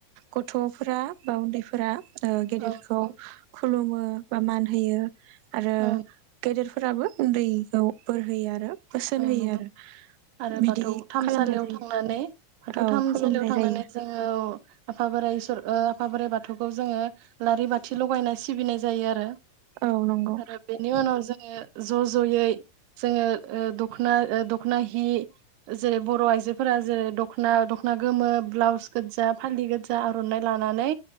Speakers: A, on the right (about 90°); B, on the right (about 70°).
A: गथ'फोरा बा उन्दैफोरा ओ गेदेरखौ
B: औ नंगौ
A: खुलुमो बा मान होयो। आरो
B: औ
A: गेदेर फोराबो उन्दैखौ बोर होयो आरो बोसोन
B: औ
A: होयो
B: नंगौ
A: आरो
B: आरो
A: बिदि
B: बाथौ थामसालियाव
A: खालामनाय जायो
B: थांनानै बाथौ
A: औ
B: थानसालियाव
A: खुलुमनाय
B: थांनानै
A: जायो
B: जोङो ओ आफा बोराइ इसोर आफा बोराइ बाथौखौ जों आलारि बाथि लगायनाय सिबिनाय जायो आरो
A: औ नंगौ
B: आरो बेनि उनाव जोङो ज' ज'यै जोङो ओ दखना दखना हि जेरै बर' आइजोफोरा जेरै दखना दखना गोमो ब्लाउस गोजा फालि गोजा आर'नाइ लानानै